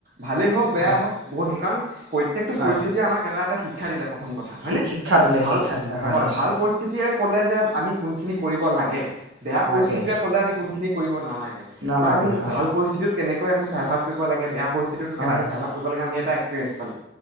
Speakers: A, on the right (about 50°); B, on the right (about 80°).
A: ভালেই হওক বেয়াই
B: হয়
A: হওক বহুত দোকান প্ৰত্যেকটো
B: হয়
A: পৰিস্থিতিয় আমাক এটা এটা শিক্ষা দিলে। প্ৰথম কথা হয়নে
B: শি- শিক্ষা দিলে
A: ভাল
B: শিক্ষা দিলে
A: হয়
B: নিশ্চয়
A: ভাল পৰিস্থিতিয়ে ক'লে যে আমি কোনখিনি। কৰিব লাগে বেয়া
B: লাগে
A: পৰিস্থিতিৰে ক'লে আমি কোনখিনি কৰিব নালাগে
B: নালাগে
A: বা আমি
B: হয়
A: ভাল পৰিস্থিতিত। কেনেকৈ আমি ছাৰ্ভ কৰিবাগেয়া পৰিস্থিতিত কেকৈ
B: হয়
A: ছাৰ্ভ কৰিবাগে আি এটা এক্পিৰিয়েঞ্চ পালো।